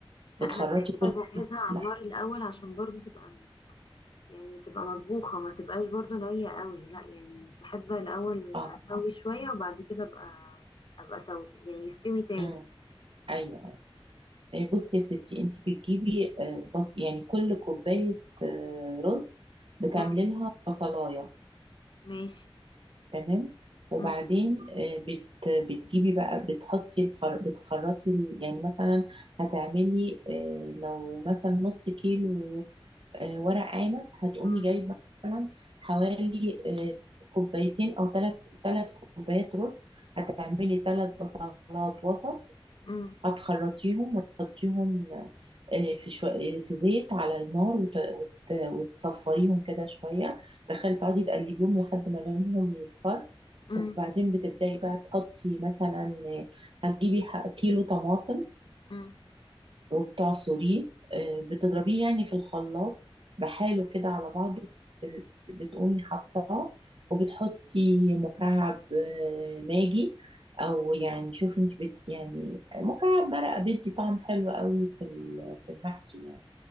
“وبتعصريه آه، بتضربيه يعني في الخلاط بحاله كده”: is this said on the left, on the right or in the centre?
Right